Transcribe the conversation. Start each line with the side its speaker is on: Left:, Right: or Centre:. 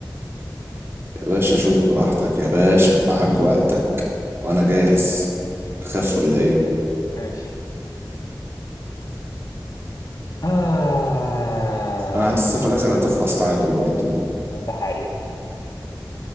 Right: يا باشا شوف براحتك يا باشا معاك وقتك وانا جاهز هنخاف ولا ايه
Left: ماشي آه
Right: انا حاسس في الاخر هتخلص تعادل برضه
Left: ده حقيقي